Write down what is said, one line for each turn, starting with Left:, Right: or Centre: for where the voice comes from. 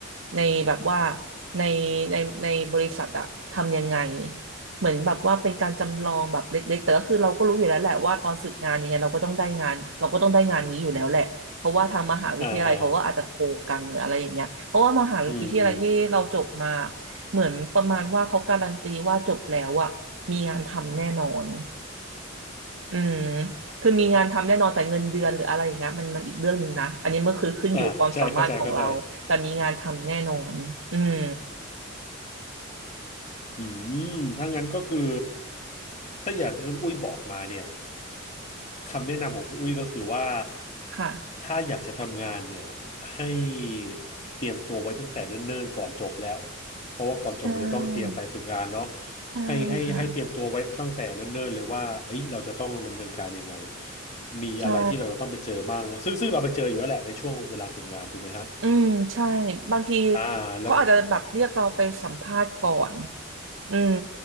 Right: ในแบบว่าในในในบริษัทอะทำยังไง เหมือนแบบว่าเป็นการจำลองแบบเล็กๆแต่ก็คือเราก็รู้อยู่แล้วแหละว่าตอนฝึกงานยังไงเราก็ต้องได้งานเราก็ต้องได้งานนี้อยู่แล้วแหละเพราะว่าทางมหาวิทยาลัยเขาก็อาจจะโคกันหรืออะไรอย่างเงี้ยเพราะว่ามหาวิทยาลัยที่เราจบมา
Left: อ่าอ่าอืมอืมอืม
Right: เหมือนประมาณว่าเขาการันตีว่าจบแล้วอะมีงานทำแน่นอนอืมคือมีงานทำแน่นอนแต่เงินเดือนหรืออะไรอย่างเงี้ยมันมันอีกเรื่องหนึ่งนะอันนี้มันคือขึ้นอยู่ความสามารถของเราแต่มีงานทำแน่นอนอืม
Left: อ่าใช่เข้าใจเข้าใจอืมถ้างั้นก็คือถ้าอย่างที่คุณอุ้ยบอกมาเนี่ย คำแนะนำของคุณอุ้ยก็คือว่า
Right: ค่ะ
Left: ถ้าอยากจะทำงานเนี่ยให้เตรียมตัวไว้ตั้งแต่เนิ่นๆก่อนจบแล้วเพราะว่าก่อนจบมันจะต้องเตรียมไปฝึกงานเนาะ
Right: ใช่ใช่ค่ะ
Left: ให้ให้ให้เตรียมตัวไว้ตั้งแต่เนิ่นๆเลยว่าเอ้ยเราจะต้องดำเนินการยังไงมีอะไรที่เราต้องไปเจอบ้างซึ่งซึ่งเราไปเจออยู่แล้วแหละในช่วงเวลาฝึกงานถูกไหมฮะ
Right: ใช่ อืมใช่บางที
Left: อ่าแล้ว
Right: เขาอาจจะแบบเรียกเราไปสัมภาษณ์ก่อนอืม